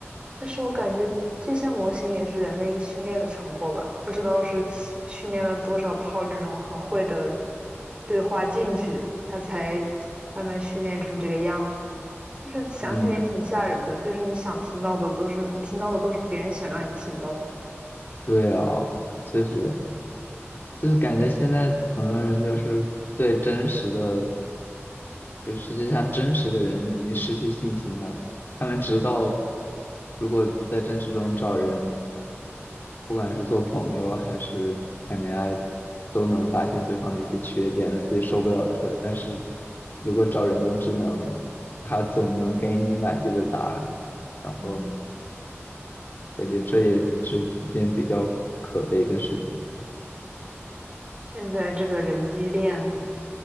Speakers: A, on the right; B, on the left.
A: 但是我感觉这些模型也是人类训练的成果吧，不知道是训练了多少套这种很会的对话进去，它才慢慢训练成这个样子。就是想想也挺吓人的，
B: 嗯，
A: 就是你想听到的都是你听到的都是别人想让你听到的。
B: 对啊，确实。就是感觉现在很多人就是对真实的，就世界上真实的人已经失去信心了。他们知道，如果在真实中找人，不管是做朋友还是谈恋爱，都能发现对方的一些缺点，让自己受不了的事儿。但是如果找人工智能，它总能给你满意的答案，然后
A: 嗯，
B: 感觉这也是一件比较可悲的事情。
A: 现在这个人机恋